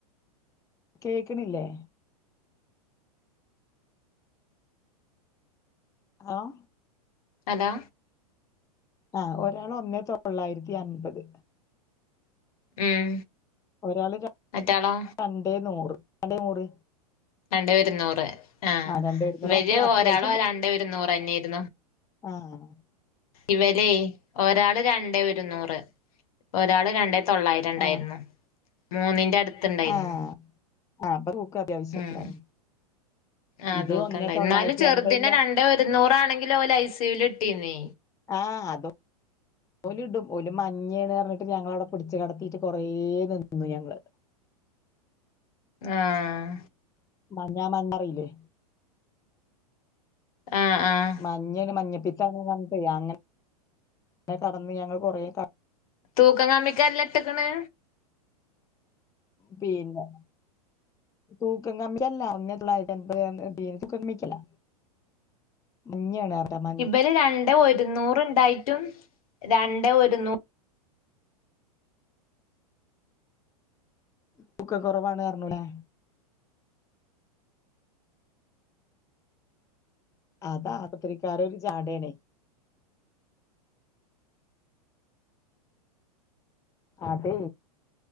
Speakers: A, on the left; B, on the left.
A: കേൾക്കണില്ലേ? ആഹ്.
B: ഹലോ.
A: ആഹ് ഒരാൾ ഒന്നേ തൊള്ളായിരത്തി അൻപത്.
B: ഉം.
A: ഒരാള്
B: മറ്റാളോ
A: രണ്ടേ നൂറ്. രണ്ടേ നൂറ്.
B: രണ്ടേ ഒരുന്നൂറ് ആഹ്.
A: ആ രണ്ടേ ഇരുന്നൂറ്
B: ഇവര്
A: അത്ര അത്യാവശ്യം
B: ഒരാളും രണ്ടേ ഒരുന്നൂറ് തന്നെയായിരുന്നു.
A: ആഹ്.
B: ഇവരേ ഒരാള് രണ്ടേ ഒരുന്നൂറ്. ഒരാള് രണ്ടേ തൊള്ളായിരം ഉണ്ടായിരുന്നു.
A: ആഹ്
B: മൂന്നിന്റെ അടുത്തുണ്ടായിരുന്നു.
A: ആഹ് ആഹ് അപ്പൊ തൂക്കം അത്യാവശ്യക്കെണ്ടാവും
B: ഉം. ആഹ്
A: ഇത്
B: തൂക്കണ്ടായി.
A: ഒന്നേ തൊള്ളായിരത്തി
B: എന്നാലും ചെറുതിനെ
A: അൻപതില
B: രണ്ടേ ഒരുന്നൂറ് ആണെങ്കിലും ഓല് ഐ സി യു വില് ഇട്ടിന്.
A: ആഹ് അതും ഓലിടും. ഓല് മഞ്ഞേണ് പറഞ്ഞിട്ട് ഞങ്ങളവിടെ പിടിച്ച് കിടത്തീട്ട് കുറേ നിന്നു ഞങ്ങള്.
B: ആഹ്.
A: മഞ്ഞ മഞ്ഞറീല്ലേ.
B: ആഹ് ആഹ്
A: മഞ്ഞേണ് മഞ്ഞപ്പിത്താണ് പർഞ്ഞിട്ടെ അങ്ങനെ അങ്ങനെ കടന്ന് ഞങ്ങള് കൊറെ കെട
B: തൂക്കം കമ്മിക്കല്ലാ ഇട്ട്ക്ക്ണ്
A: പിന്നെ തൂക്കം കമ്മിയല്ലാ ഒന്നേ തൊള്ളായിരത്തി അൻപത് <unintelligible> തൂക്കം കമ്മിക്കല്ലാ മഞ്ഞയാണ് പറയാ മ
B: ഇബര് രണ്ടേ ഒരുന്നൂറ് ഇണ്ടായിറ്റു രണ്ടേ ഒരുന്നൂ
A: തൂക്കകൊറവാണ് പറഞ്ഞൂല്ലേ അതാ ആപത്രിക്കാരെ ഒരു ജാടയാണേ അതെ